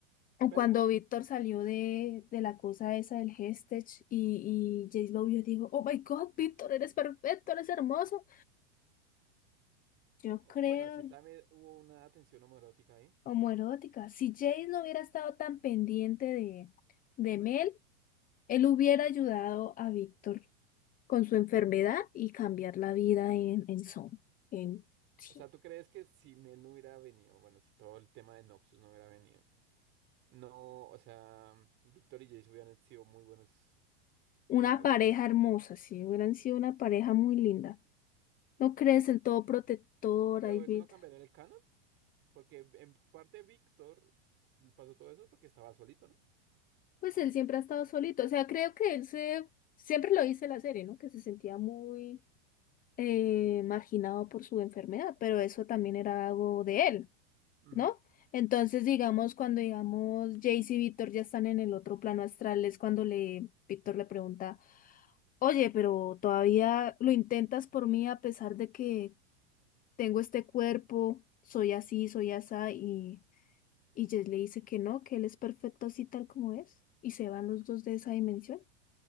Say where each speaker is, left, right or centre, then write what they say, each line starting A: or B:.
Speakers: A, on the left; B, on the right.
A: O
B: Pero
A: cuando
B: bueno,
A: Víctor salió de, de la cosa esa del Hestech y, y Jace lo vio, digo, oh my God, Víctor, eres perfecto, eres hermoso. Yo
B: o-
A: creo,
B: bueno, sí también hubo una tensión homoerótica ahí.
A: homoerótica. Si Jace no hubiera estado tan pendiente de, de Mel, Él hubiera ayudado a Víctor con su enfermedad y cambiar la vida en, en Son. En, sí.
B: O sea, ¿tú crees que si Mel no hubiera venido, bueno, si todo el tema de Noxus no hubiera venido? No, o sea, Víctor y Jace hubieran sido muy buenos
A: Una
B: creadores.
A: pareja
B: Bueno,
A: hermosa, sí, hubieran sido una pareja muy linda. ¿No crees el todo protector,
B: pero
A: David?
B: eso no cambiaría el canon, porque en parte Víctor pasó todo eso porque estaba solito, ¿no?
A: Pues él siempre ha estado solito. O sea, creo que él se... Siempre lo dice la serie, ¿no? Que se sentía muy eh, marginado por su enfermedad, pero eso también era algo de él.
B: Ujú.
A: ¿no? Entonces, digamos, cuando digamos Jace y Víctor ya están en el otro plano astral, es cuando le Víctor le pregunta, oye, pero todavía lo intentas por mí a pesar de que tengo este cuerpo, soy así, soy asá, y, y Jace le dice que no, que él es perfecto así tal como es, y se van los dos de esa dimensión.